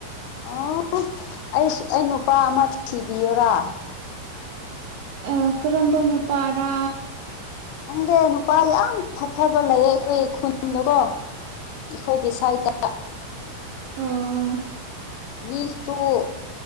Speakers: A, on the left (about 80°); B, on the right (about 75°).
A: ꯑꯣ ꯑꯩꯆ ꯑꯩ ꯅꯨꯄꯥ ꯑꯃ ꯊꯤꯕꯤꯌꯣꯔꯥ
B: ꯑꯦ ꯀꯔꯝꯕ ꯅꯨ ꯄꯔꯥ
A: ꯈꯪꯗꯦ ꯅꯨꯄꯥ ꯌꯥꯝ ꯐꯐꯕ ꯂꯩꯌꯦ ꯑꯩꯈꯣꯏ ꯈꯨꯟ ꯗꯀꯣ ꯑꯩꯈꯣꯏꯒꯤ ꯁꯥꯏꯗ
B: ꯑꯣ
A: ꯅꯤ ꯁꯨꯨ